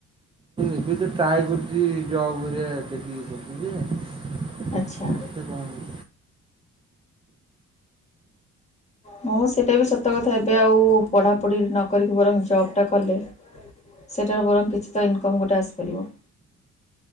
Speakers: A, on the right (about 20°); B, on the left (about 20°).
A: ଏବେ ତ ଟ୍ରାଏ କରୁଛି ଜବ୍ ହେରିକା ଦେଖିକି କରୁଚି ଯେ
B: ଆଚ୍ଛା।
A: <inaudible>
B: ହଁ ସେଇଟା ବି ସତ କଥା ଏବେ ଆଉ ପଢ଼ାପଢି ନ କରିକି ବରଂ ଜବ୍ ଟା କଲେ। ସେଠାର ବରଂ କିଛି ତ ଇନକମ୍ ଗୋଟେ ଆସିପାରିବ।